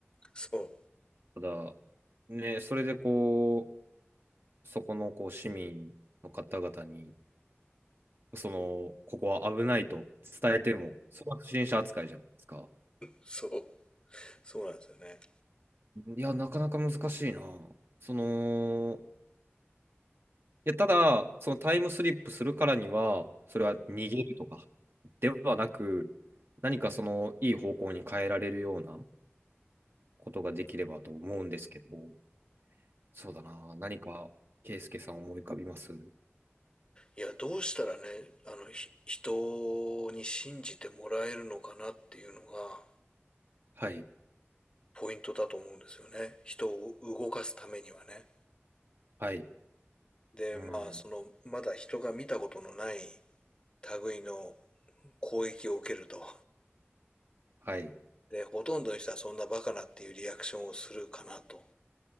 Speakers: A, on the left; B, on the right.
A: そう、
B: ただ、ね、それでこう、そこのこう市民の方々に、その、ここは危ないと伝えても、それは不審者扱いじゃないですか。
A: そう、そうなんですよね。
B: いや、なかなか難しいな。その、いや、ただ、そのタイムスリップするからには、それは逃げるとかではなく、何かその、いい方向に変えられるようなことができればと思うんですけど、そうだな。何か、圭介さん思い浮かびます
A: いや、どうしたらね、あの、人に信じてもらえるのかなっていうのが
B: はい、
A: ポイントだと思うんですよね。人を動かすためにはね。
B: はい、
A: で、
B: うん、
A: まあ、その、まだ人が見たことのない類の攻撃を受けると。
B: はい、
A: で、ほとんどの人はそんなバカなっていうリアクションをするかなと